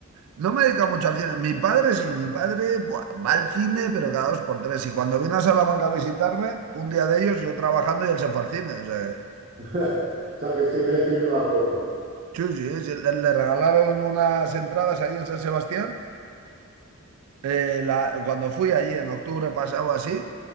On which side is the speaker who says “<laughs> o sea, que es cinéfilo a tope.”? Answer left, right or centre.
Right